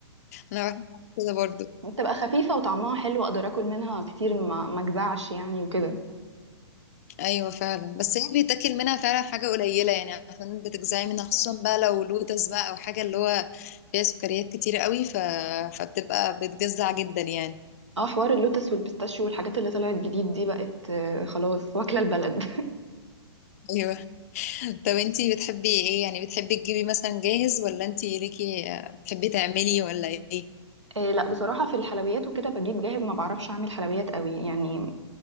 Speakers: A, on the left; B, on the right.
A: أنا بحب كده برضو
B: بتبقى خفيفة وطعمها حلو أقدر أكل منها كتير ما ما أجزعش يعني وكده
A: ايوه فعلا بس هي بيتاكل منها فعلا حاجه قليله يعني عشان بتجزعي منها خصوصا بقى لو لوتس بقى او حاجه اللي هو فيها سكريات كتير قوي ف... فبتبقى بتجزع جدا يعني
B: اه حوار اللوتس والبيستاشيو والحاجات اللي طلعت جديد دي بقت آه، خلاص واكلة البلد <laughs>
A: ايوه <laughs> طب انتي بتحبي ايه يعني بتحبي تجيبي مثلا جاهز ولا انتي ليكي بتحبي تعملي ولا ايه
B: إيه لا بصراحة في الحلويات وكده بجيب جاهز ما بعرفش أعمل حلويات قوي يعني